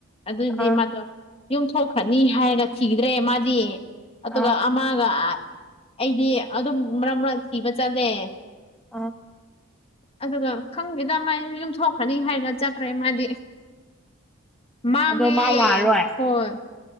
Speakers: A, on the left; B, in the centre.
A: ꯑꯗꯨꯗꯤ
B: ꯑꯥ
A: ꯃꯥꯗꯣ ꯌꯨꯝꯊꯣꯛꯈ꯭ꯔꯅꯤ ꯍꯥꯏꯔꯒ ꯊꯤꯗ꯭ꯔꯦ ꯃꯥꯗꯤ ꯑꯗꯨꯒ
B: ꯑꯥ
A: ꯑꯃꯒ ꯑꯥ ꯑꯩꯗꯤ ꯑꯗꯨꯝ ꯃꯔꯛ ꯃꯔꯛ ꯊꯤꯕ ꯆꯠꯂꯦ
B: ꯑ
A: ꯑꯗꯨꯒ ꯈꯪꯗꯦꯗ ꯃꯥꯏꯟ ꯌꯨꯝꯊꯣꯛꯈ꯭ꯔꯅꯤ ꯍꯥꯏꯔꯒ ꯆꯠꯈ꯭ꯔꯦ ꯃꯥꯗꯤ ꯃꯥꯡꯉꯦ
B: ꯑꯗꯣ ꯃꯥ ꯂꯥꯛꯑꯔꯣꯏ
A: ꯍꯣꯏ